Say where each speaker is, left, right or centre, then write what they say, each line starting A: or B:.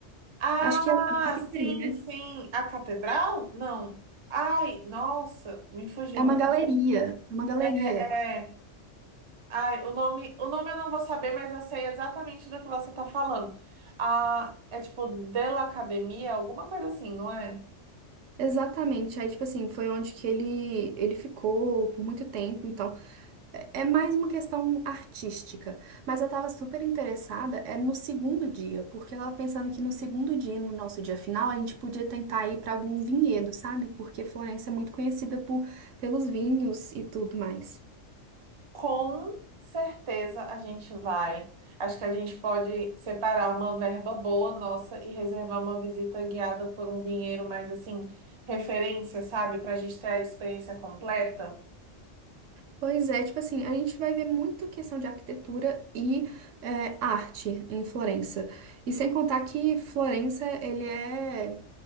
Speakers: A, on the right; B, on the right.
A: Ah,
B: Acho que é o que tem,
A: sim,
B: né?
A: sim. A catedral? Não. Ai, nossa, me fugiu.
B: É uma galeria. É uma galeria.
A: É. Ai, o nome, o nome eu não vou saber, mas eu sei exatamente do que você tá falando. ah é tipo Della Academia, alguma coisa assim, não é?
B: Exatamente. Aí, tipo assim, foi onde que ele, ele ficou por muito tempo. Então, é é mais uma questão artística. Mas eu tava super interessada, é no segundo dia, porque eu tava pensando que no segundo dia, no nosso dia final, a gente podia tentar ir pra algum vinhedo, sabe? Porque Florença é muito conhecida por, pelos vinhos e tudo mais.
A: Com certeza a gente vai. Acho que a gente pode separar uma verba boa nossa e reservar uma visita guiada por um vinheiro mais assim, referência, sabe? Pra gente ter a experiência completa.
B: Pois é, tipo assim, a gente vai ver muita questão de arquitetura e é, arte em Florença. E sem contar que Florença, ele é